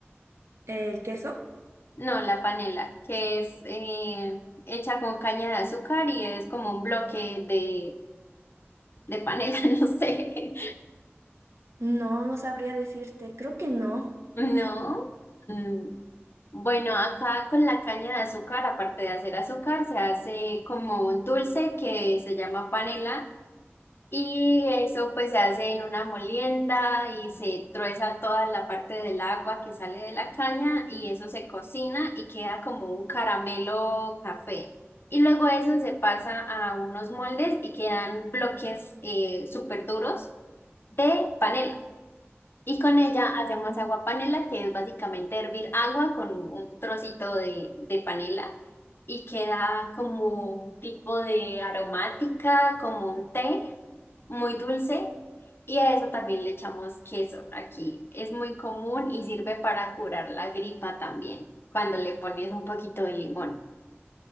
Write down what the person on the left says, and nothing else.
No, la panela, que es eh, hecha con caña de azúcar y es como un bloque de, de panela, <laughs> no sé.
No. Mm. Bueno, acá con la caña de azúcar, aparte de hacer azúcar, se hace como un dulce que se llama panela y eso pues se hace en una molienda y se trueza toda la parte del agua que sale de la caña y eso se cocina y queda como un caramelo café. Y luego eso se pasa a unos moldes y quedan bloques eh, súper duros de panela. Y con ella hacemos
agua panela, que es básicamente hervir agua con un trocito de, de panela y queda como un tipo de aromática, como un té muy dulce. Y a eso también le echamos queso aquí. Es muy común y sirve para curar la gripa también, cuando le pones un poquito de limón.